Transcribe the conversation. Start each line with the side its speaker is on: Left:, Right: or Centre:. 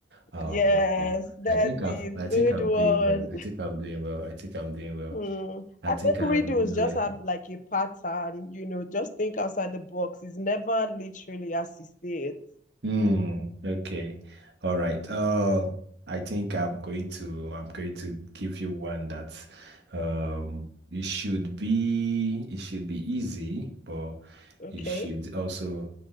Right: Uh,
Left: Yes,
Right: oh, God.
Left: that's
Right: I think I'm,
Left: it.
Right: I think
Left: Good
Right: I'm
Left: one.
Right: doing well. I think I'm doing well. I think I'm doing well.
Left: Hmm.
Right: I
Left: I
Right: think
Left: think
Right: I'm
Left: riddles
Right: doing
Left: just
Right: well.
Left: have like a pattern, you know, just think outside the box. It's never literally as you see it.
Right: Hmm. okay. All right. Uh, I think I'm going to I'm going to give you one that's. um it should be it should be easy, but
Left: Okay.
Right: you should also